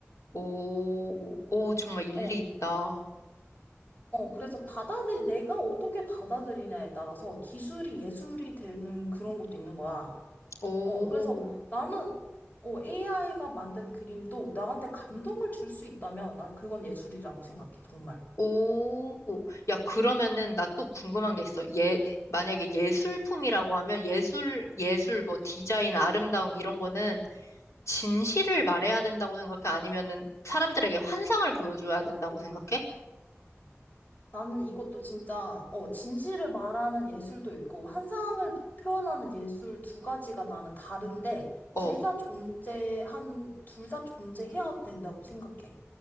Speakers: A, on the left; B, on the left.
A: 오, 오, 정말 일리
B: 어,
A: 있다.
B: 어, 그래서 받아들이, 내가 어떻게 받아들이냐에 따라서 기술이 예술이 되는 그런 것도 있는 거야.
A: 오,
B: 어, 그래서 나는 어, AI가 만든 그림도 나한테 감동을 줄 수 있다면 난 그건 예술이라고 생각해, 정말.
A: 오. 야, 그러면은 나 또 궁금한 게 있어. 예, 만약에 예술품이라고 하면 예술, 예술, 뭐 디자인, 아름다움 이런 거는 진실을 말해야 된다고 생각해? 아니면은 사람들에게 환상을 보여줘야 된다고 생각해?
B: 나는 이것도 진짜, 어, 진실을 말하는 예술도 있고, 환상을 표현하는 예술 두 가지가 나는 다른데,
A: 어,
B: 둘 다 존재한, 둘 다 존재해야 된다고 생각해.